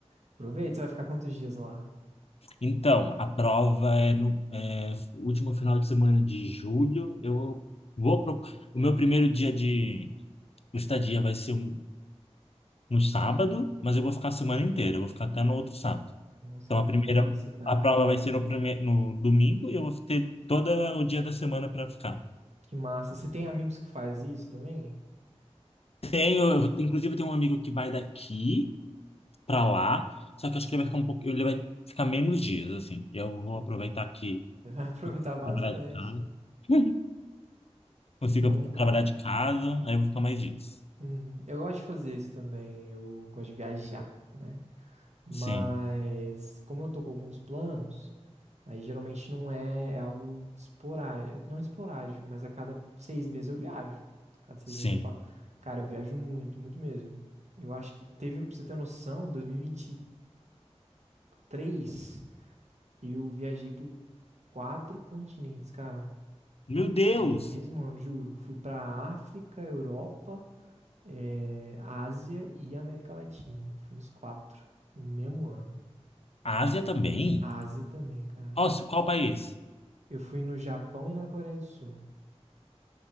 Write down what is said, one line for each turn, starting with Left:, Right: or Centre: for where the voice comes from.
Right: Aproveita, você vai ficar quantos dias lá?
Left: Então, a prova é no é, último final de semana de julho. Eu vou pro... O meu primeiro dia de estadia vai ser um- no sábado, mas eu vou ficar a semana inteira. Eu vou ficar até no outro sábado.
Right: Nossa,
Left: Então,
Right: que
Left: a
Right: delícia,
Left: primeira...
Right: cara.
Left: A prova vai ser no, prime... no domingo e eu vou ter todo o dia da semana para ficar.
Right: Que massa. Você tem amigos que faz isso também?
Left: Tenho, eu- inclusive, tem um amigo que vai daqui para lá, só que eu acho que ele vai ficar um pouco... Ele vai ficar menos dias, assim. Eu vou
Right: Hum,
Left: aproveitar aqui.
Right: você vai <laughs> aproveitar bastante.
Left: na verdade, tá?
Right: Que
Left: Consiga
Right: bom, cara.
Left: trabalhar de casa, aí eu vou ficar mais dias.
Right: Uhum. Eu gosto de fazer isso também. Eu gosto de viajar, né? Mas
Left: Sim,
Right: como eu tô com alguns planos, aí geralmente não é, é algo esporádico, não é esporádico, mas a cada seis meses eu viajo. Cada seis
Left: sim.
Right: meses eu falo, cara, eu viajo muito, muito mesmo. Eu acho que teve, pra você ter noção, dois mil e e vinte e três eu viajei por quatro continentes, cara.
Left: Meu Deus!
Right: No Mesmo ano, juro. Fui pra África, Europa, eh, Ásia e América Latina. Fui nos quatro, no mesmo ano.
Left: A Ásia também?
Right: Ásia também, cara.
Left: Nossa, qual país?
Right: Eu fui no Japão e na Coreia do Sul.